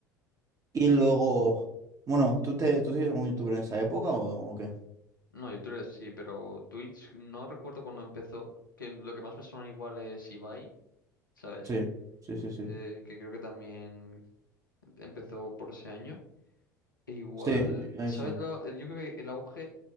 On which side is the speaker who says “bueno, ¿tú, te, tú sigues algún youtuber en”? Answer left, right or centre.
Right